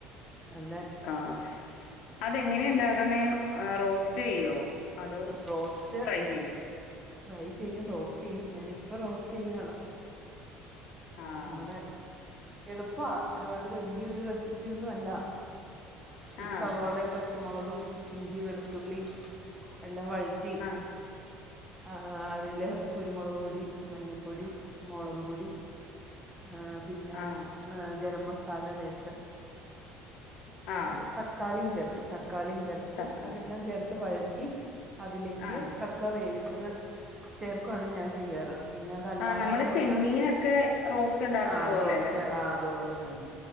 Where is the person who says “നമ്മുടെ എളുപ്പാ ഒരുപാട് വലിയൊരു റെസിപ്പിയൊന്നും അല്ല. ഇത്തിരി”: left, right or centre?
Right